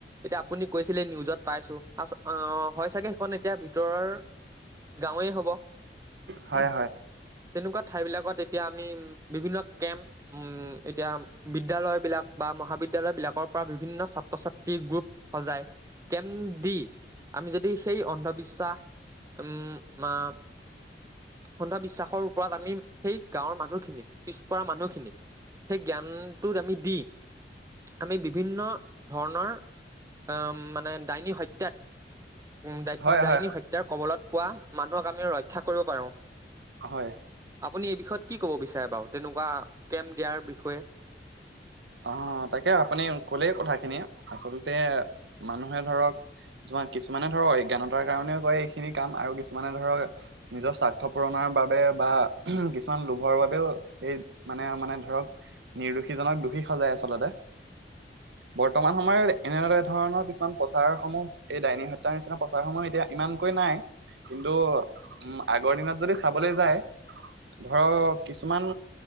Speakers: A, on the right; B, on the right.
A: এতিয়া আপুনি কৈছিলে নিউজত পাইছো অহ, অহ, হয় চাগে। এখন এতিয়া ভিতৰৰ গাঁৱেই হ'ব।
B: হয় হয়
A: তেনেকুৱা ঠাই বিলাকত এতিয়া আমি বিভিন্ন কেম্প উম, এতিয়া বিদ্যালয় বিলাক বা। বা মহাবিদ্যালয় বিলাকৰ পৰা বিভিন্ন ছাত্ৰ-ছাত্ৰীৰ গ্ৰুপ। সজাই, কেম দি আমি যদি সেই অন্ধবিশ্বাস উম' মা অন্ধবিশ্বাসৰ ওপৰত আমি, সেই গাঁৱৰ মানুহখিনিক, পিছপৰা মানুহখিনিক। সেই জ্ঞানটোত আমি দি, আমি বিভিন্ন ধৰণৰ। অ মানে ডাইনী হত্যাত উম, ডাইনী
B: হয় হয়
A: ডাইনী হত্যাৰ কবলত পোৱা মানুহক আমি ৰক্ষা কৰিব পাৰো।
B: হয়
A: আপুনি এই বিষয়ত কি ক'ব বিচাৰে বাৰু। তেনেকুৱা কেম্প দিয়াৰ বিষয়ে।
B: অ' তাকে আপুনি কলেই কথাখিনি আচলতে মানুহে ধৰক কিছুমান কিছুমানে ধৰক অজ্ঞানতাৰ কাৰণেও কৰে এইখিনি কাম আৰু কিছুমানে ধৰক নিজৰ স্বাৰ্থ পূৰণ মাৰ বাবে বা উম, কিছুমান লোভৰ বাবেও এই মানে, মানে ধৰক। নিৰ্দোষীজনক দোষী সজাই আচলতে। বৰ্তমান সময়ত এনে ধৰণৰ কিছুমান প্ৰচাৰ সমূহ এই দাইনী হত্যাৰ নিচিনা প্ৰচাৰসমূহ এতিয়া ইমানকৈ নাই, কিন্তু উম, আগৰ দিনত যদি চাবলৈ যায়। ধৰক কিছুমান